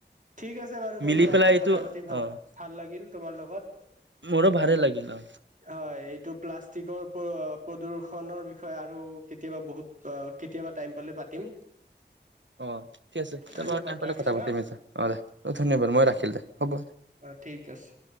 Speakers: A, on the right; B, on the right.
A: ঠিক আছে বাৰু
B: মিলি
A: বন্ধু
B: পেলাই
A: আজি
B: এইটো
A: কথা পাতি ভাল
B: অ
A: ভাল লাগিল। তোমাৰ লগত।
B: মোৰো ভালে লাগিল অ
A: হয় এইটো প্লাষ্টি প্ৰদূষণৰ বিষয়ে আৰু কেতিয়াবা বহুত কেতিয়াবা টাইম পালে পাতিম।
B: অঁ ঠিক আছে তে
A: ধন্যবাদ
B: বাৰ টাইম পালে
A: ৰাখিছো
B: কথা পাতিম
A: হা
B: ছা অঁ দে অ ধন্যবাদ মই ৰাখিল দে হ'ব দে
A: অ ঠিক আছে